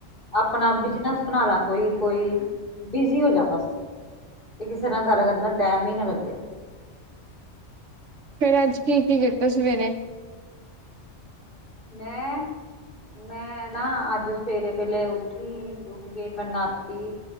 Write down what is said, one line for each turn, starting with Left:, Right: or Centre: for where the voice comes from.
Left: ਆਪਣਾ ਬਿਜਨਸ ਬਣਾ ਲਾ ਕੋਈ, ਕੋਈ ਬਿਜੀ ਹੋ ਜਾ ਬਸ ਕਿ ਕਿਸੇ ਨਾਲ ਗੱਲ ਕਰਨ ਨਾ ਟਾਈਮ ਹੀ ਨਾ ਲੱਗੇ
Right: ਫਿਰ ਅੱਜ ਕੀ ਕੀ ਕੀਤਾ ਸਵੇਰੇ
Left: ਮੈਂ
Right: ਹੂੰ।
Left: ਮੈਂ ਨਾ ਅੱਜ ਸਵੇਰੇ ਪਹਲੇ ਉਠੀ, ਉੱਠ ਕੇ ਮੈਂ ਨਾਤੀ